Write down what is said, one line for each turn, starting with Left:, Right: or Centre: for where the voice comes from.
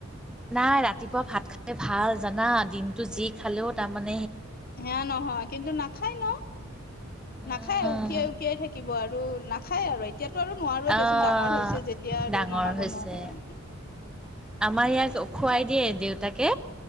Centre: নাই ৰাতিপুৱা ভাত খালে ভাল জানা দিনটো যি খালেও তাৰমানে
Left: হে নহয় কিন্তু নাখায় ন
Centre: উম,
Left: নাখায় উকিয়াই উকিয়াই থাকিব আৰু। আৰু নাখায় আৰু। এতিয়াতো আৰু নোৱাৰোই
Centre: আহ।
Left: দেচোন ডাঙৰ হৈছে যেতিয়া আৰু
Centre: ডাঙৰ
Left: মনাব
Centre: হৈছে
Left: নোৱাৰোঁ।
Centre: আমাৰ ইয়াক খুৱাই দিয়ে দেউতাকে